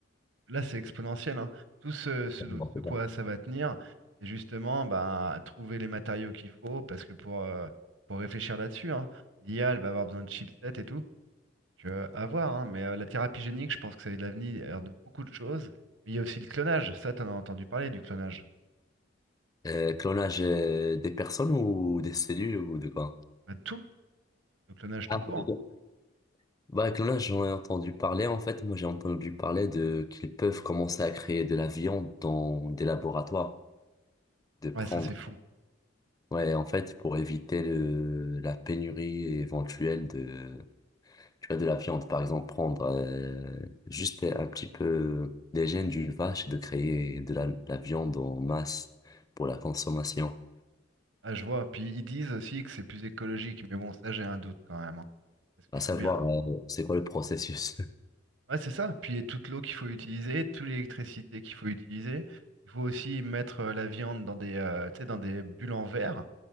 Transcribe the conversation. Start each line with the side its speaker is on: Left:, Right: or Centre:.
Right: Là c'est exponentiel, hein. Tout ce, ce,
Left: Bon, c'est
Right: ce quoi
Left: bon.
Right: ça va tenir, c'est justement bah, trouver les matériaux qu'il faut, parce que pour, euh, pour réfléchir là-dessus, hein, l'IA elle va avoir besoin de chipsets et tout. Donc, euh, à voir, hein, mais euh, la thérapie génique, je pense que ça a de l'avenir de beaucoup de choses. Mais il y a aussi le clonage. Ça, t'en as entendu parler du clonage.
Left: Euh, clonage euh, des personnes ou des cellules ou de quoi?
Right: Bah, de tout, le clonage
Left: Ah,
Right: tout court.
Left: ok. bah, clonage, j'en ai entendu parler. En fait, moi, j'ai entendu parler de qu'ils peuvent commencer à créer de la viande dans des laboratoires, de prendre
Right: Ouais, ça c'est fou.
Left: Ouais, en fait, pour éviter le, la pénurie éventuelle de, tu vois, de la viande, par exemple, prendre euh, juste un petit peu des gènes d'une vache et de créer de la, la viande en masse pour la consommation.
Right: Ah, je vois. Puis ils disent aussi que c'est plus écologique, mais bon, ça j'ai un doute quand même. hein. Parce qu'il
Left: À
Right: faut
Left: savoir,
Right: bien.
Left: euh, c'est quoi le processus?
Right: Ouais, c'est ça. Puis il y a toute l'eau qu'il faut utiliser, toute l'électricité qu'il faut utiliser. Il faut aussi mettre euh, la viande dans des, euh, tu sais, dans des bulles en verre.